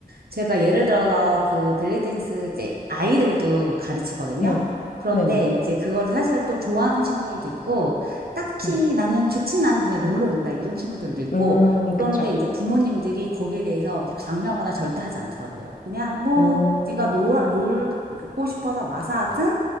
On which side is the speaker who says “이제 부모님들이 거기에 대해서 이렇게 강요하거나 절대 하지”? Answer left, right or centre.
Right